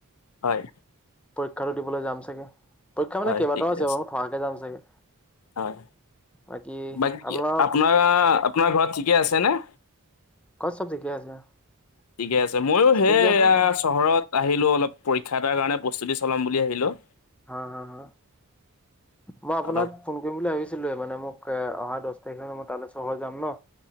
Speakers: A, on the left; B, in the centre.
A: হয়
B: পৰীক্ষাটো দিবলৈ যাম চাগে। পৰীক্ষা
A: হয়
B: মানে কেইবাটাও
A: ঠিকে
B: আছে বাৰু, থকাকে যাম চাগে।
A: হয়,
B: বাকী
A: বাকী
B: আপোনাৰ
A: আপনাৰা আপোনাৰ ঘৰত ঠিকে আছে নে?
B: ঘৰত চব ঠিকে আছে।
A: ঠিকে আছে। মইয়ো সেই
B: ঠিকে আছে
A: এয়া
B: মানে?
A: চহৰত আহিলো অলপ পৰীক্ষা এটাৰ কাৰণে প্ৰস্তুতি চলাম বুলি আহিলোঁ।
B: হা হা হা? মই আপোনাক
A: অলপ
B: ফোন কৰিম বুলি ভাবিছিলোয়ে মানে মোক এ অহা দছ তাৰিখে মানে মই তালে চহৰ যাম ন।